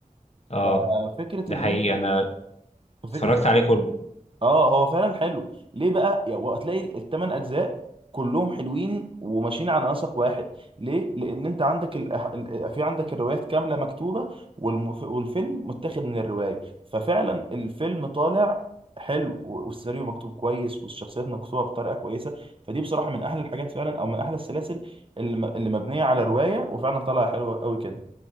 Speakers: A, on the left; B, on the right.
A: اه
B: آه، فكرة
A: ده
B: ان
A: حقيقي
B: انت
A: انا
B: فكرة
A: اتفرجت عليه كله
B: اه هو فعلا حلو ليه بقى يا- وهتلاقي الثمان اجزاء كلهم حلوين وماشيين على نسق واحد ليه لان انت عندك ال... ال- في عندك الروايات كامله مكتوبه والمف... والفيلم متاخد من الروايه ففعلا الفيلم طالع حلو و- والسيناريو مكتوب كويس والشخصيات مكتوبه بطريقه كويسه فدي بصراحه من احلى الحاجات فعلا او من احلى السلاسل اللي, م... اللي مبنيه على روايه وفعلا طالعه حلوه قوي كده